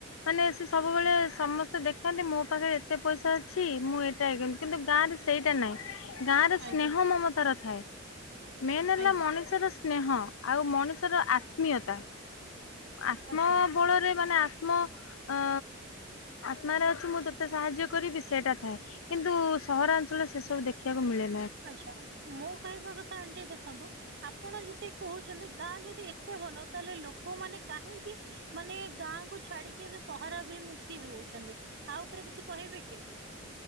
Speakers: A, on the left; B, on the right.
A: ମାନେ ସେ ସବୁବେଳେ ସମସ୍ତେ ଦେଖାନ୍ତି। ମୋ ପାଖରେ ଏତେ ପଇସା ଅଛି। ମୁଁ ଏଟା କିନ୍ତୁ ଗାଁ ରେ ସେଇଟା ନାହିଁ। ଗାଁ ରେ
B: ଆଜ୍ଞା
A: ସ୍ନେହ ମମତାର ଥାଏ। ମେନ ହେଲା
B: ଆଜ୍ଞା
A: ମଣିଷର ସ୍ନେହ ଆଉ ମଣିଷର ଆତ୍ମୀୟତା। ଆତ୍ମବଳରେ
B: ଆଚ୍ଛା
A: ମାନେ ଆ ଆତ୍ମ ଅ ଆତ୍ମାରେ ଅଛି ମୁଁ ତତେ ସାହାଯ୍ୟ କରିବି ସେଇଟା ଥାଏ କିନ୍ତୁ ସହରାଞ୍ଚଳ ସେସବୁ ଦେଖିବାକୁ ମିଳେନି।
B: ଆଛା ମୋ କହିବା କଥା ଆଣ୍ଟି ଦେଖନ୍ତୁ ଆପଣ ଯଦି କହୁଛନ୍ତି ଗାଁ ଯଦି ଏତେ ଭଲ ତାହେଲେ ଲୋକମାନୋନ କାହିଁକି ମାନେ ଗାଁ ଛାଡିକି ସହର। ବି ମୁୁଖୀ ହଉଛନ୍ତି ତା ଉପରେ କିଛି କହିବେ କି।